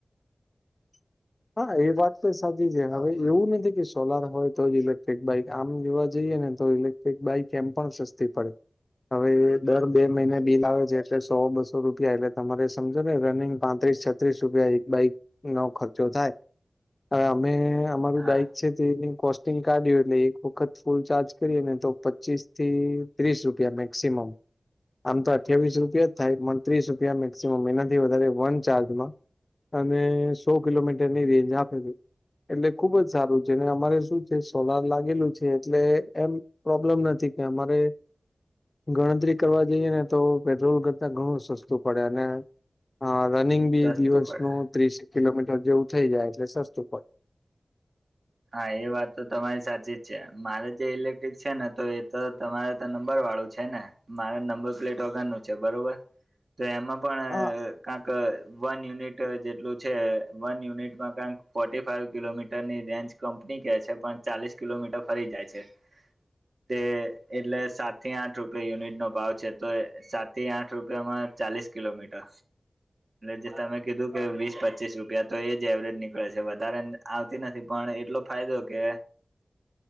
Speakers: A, on the left; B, on the right.
A: <inaudible> હા એ વાત તો સાચી છે. હવે એવું નથી કે સોલાર હોય તો જ ઇલેક્ટ્રિક બાઈક આમ જોવા જઈએ ને, તો ઇલેક્ટ્રિક બાઈક એમ પણ સસ્તી પડે. હવે દર બે મહિને બિલ આવે છે એટલે સો બસો રૂપિયા એટલે તમારે સમજો ને રનિંગ પાંત્રીસ. છત્રીસ રૂપિયા એક બાઈક નો ખર્ચો થાય હવે અમે અમારુ
B: હા
A: બાઈક. પછી કોસ્ટિંગ કાઢ્યું એટલે એક વખત ફૂલ ચાર્જ કરીએ ને તો પચીસ થી, ત્રીસ રૂપિયા મેક્સિમમ. આમ તો અઠ્યાવીસ રૂપિયા જ થાય પણ ત્રીસ રૂપિયા મેક્સિમમ એનાથી વધારે વન ચાર્જમાં. અને સો કિલોમીટરની રેન્જ આપે છે. એટલે ખુબ જ સારું છેને અમારે શું છે સોલાર લાગેલું છે એટલે એમ. પ્રોબ્લેમ નથી કે અમારે. ગણતરી કરવા જઈએ ને તો પેટ્રોલ કરતા ઘણું સસ્તું પડે અને હા રનિંગ બી
B: સસ્તું
A: દિવસનું
B: પડે
A: ત્રીસ કિલોમીટર જેવું થઇ જાય એટલે સસ્તું પડે.
B: હા એ વાત તો તમારી સાચી જ છે મારે જે ઇલેક્ટ્રિક છે તો એ તો તમારે તો નંબર વાળું છે ને, મારે નંબર પ્લેટ વગર નુ છે. બરોબર તો એમાં પણ
A: હા
B: કાંક વન યુનિટ જેટલું છે, વન યુનિટમાં કાન્ક ફોર્ટી ફાઈવ કિલોમીટર ની રેન્જ કંપની કે છે પણ ચાલીસ કિલોમીટર ફરી જાય છે. તે એટલે સાત થી આઠ રૂપિયા યુનિટ નો ભાવ છે તો એ સાતથી આઠ રૂપિયામાં ચાલીસ કિલોમીટર.
A: <inaudible>
B: જે તમે કીધું કે વીસ પચીસ રૂપિયા તો એ જ એવરેજ નીકળે છે. વધારે આવતી નથી પણ, એટલો ફાયદો કે